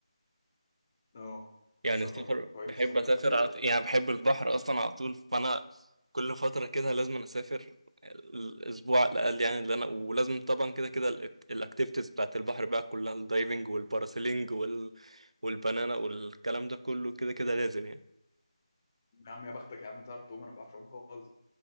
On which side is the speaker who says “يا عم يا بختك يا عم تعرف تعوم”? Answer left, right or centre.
Left